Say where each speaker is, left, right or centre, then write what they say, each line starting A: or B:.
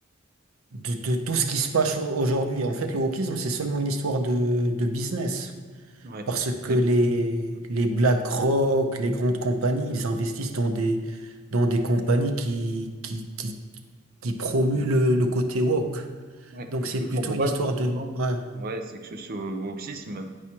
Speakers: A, on the right; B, on the right.
A: de de tout ce qui se passe au- aujourd'hui. En fait, le wokisme, c'est seulement une histoire de de business
B: Ouais.
A: parce que
B: Mais
A: les
B: Mmh.
A: les BlackRock, les grandes compagnies, ils investissent dans des dans des compagnies qui qui qui qui promuent le, le côté woke.
B: Ouais,
A: Donc
B: mais ce
A: c'est
B: que
A: plutôt
B: je comprends
A: une
B: pas
A: histoire
B: justement,
A: de... Ouais,
B: c'est ouais, c'est que ce ce wokisme,